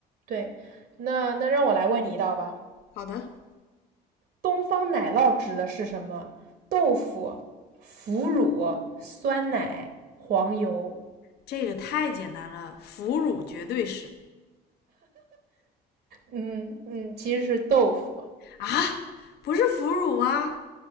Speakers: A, on the right (about 70°); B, on the left (about 75°).
A: 对，那那让我来问你一道吧，
B: 好的。
A: 东方奶酪指的是什么？豆腐、腐乳、酸奶、黄油。
B: 这个太简单了，腐乳绝对是
A: 嗯嗯，其实是豆腐。
B: 啊，不是腐乳吗？